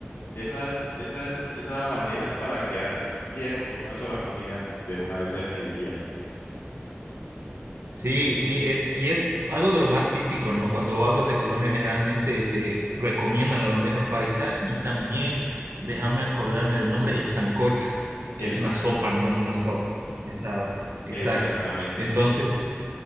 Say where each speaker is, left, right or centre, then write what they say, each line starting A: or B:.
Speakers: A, on the left; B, on the right.
A: esas, esas, esa bandeja es para quedar lleno con una sola comida de una vez en, en el día.
B: Sí, sí, es, y es algo de lo más típico, ¿no? Cuando hablas de Colombia, generalmente te recomiendan la bandeja paisa y también, déjame acordarme del nombre, el sancocho,
A: El
B: que es
A: sancocho.
B: una sopa, ¿no? Es una sopa bastante pesada. Exacto.
A: Exactamente.
B: Entonces,